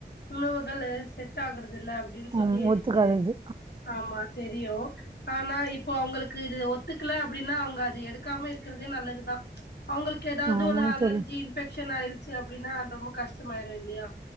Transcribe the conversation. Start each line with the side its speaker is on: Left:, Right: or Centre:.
Left: உணவுகள் செட் ஆகுறத இல்ல அப்டின்னு சொல்லி
Right: ம்
Left: எனக்கு
Right: ஒத்துக்காதது
Left: ஆமா தெரியு ஆனா இப்போ அவங்ளுக்கு இது ஒத்துக்கல அப்டின்னா அவங்க அது எடுக்காம இருக்கிறதே நல்லதுதா அவங்ளுக்கு ஏதாவது
Right: ஆமாங்க
Left: ஒரு அலர்ஜி
Right: தோழி
Left: இன்ஃபெக்க்ஷன் ஆயிருச்சு அப்டின்னா ரொம்ப கஷ்டமாயிரு இல்லையா